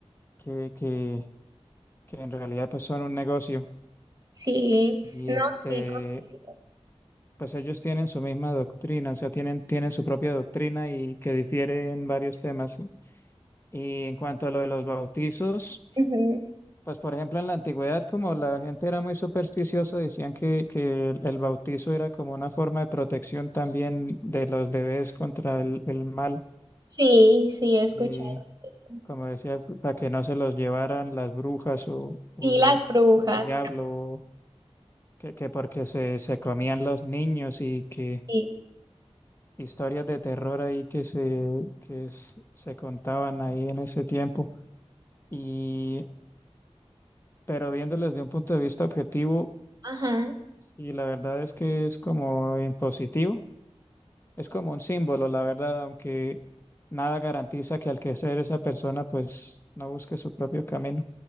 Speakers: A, on the left; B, on the right.
A: que, que, que en realidad pues son un negocio.
B: Sí,
A: Y
B: no,
A: este,
B: sí, correcto.
A: pues ellos tienen su misma doctrina, o sea, tienen, tienen su propia doctrina y que difiere en varios temas. Y en cuanto a lo de los bautizos,
B: Ujú,
A: pues por ejemplo en la antigüedad, como la gente era muy supersticiosa, decían que, que el el bautizo era como una forma de protección también de los bebés contra el, el mal.
B: Sí, sí, he escuchado
A: Y
B: eso.
A: como decía, para que no se los llevaran las brujas o,
B: Sí,
A: o el,
B: las brujas.
A: el diablo, que, que porque se, se comían los niños y que
B: Sí,
A: historias de terror ahí que se, que s- se contaban ahí en ese tiempo. y pero viéndolo desde un punto de vista objetivo,
B: ajá,
A: y la verdad es que es como impositivo, es como un símbolo, la verdad, aunque nada garantiza que al que ser esa persona, pues no busque su propio camino.